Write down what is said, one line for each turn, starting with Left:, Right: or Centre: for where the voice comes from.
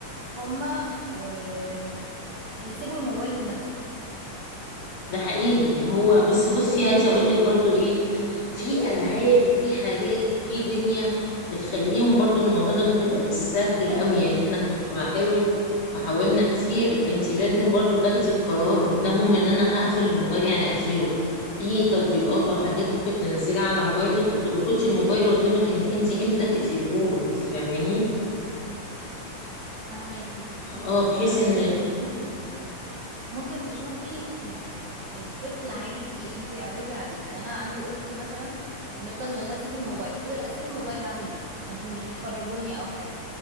Right: هما آم، هيسيبوا الموبايل من نفسهم
Left: ده حقيقي هو بس بصي عايزه اقول لك برضو ايه في العاب وفي حاجات في دنيا بتخليهم برضو الموضوع ده مش هيبقى بالسهل قوي يعني احنا كنت بحاول وحاولنا كتير انت لازم برضو تاخدي القرار قدامهم ان انا هقفل الموبايل يعني هقفله في تطبيقات او حاجات ممكن تنزليها على موبايلك بتربطي الموبايل قدامك انك انت امتى تقفله له انت فاهماني
Right: فهماكي
Left: اه بحيث
Right: آه،
Left: ان ال-
Right: انت ممكن ممكن تشوفي يعني الطفل عايز ايه انت اعرضي عليه يعني انا عندي اختي مثلا بنفضل نقول لها سيبي الموبايل تقول اسيب الموبايل اعمل ايه ما انتوا مش بتخرجوني او حاجه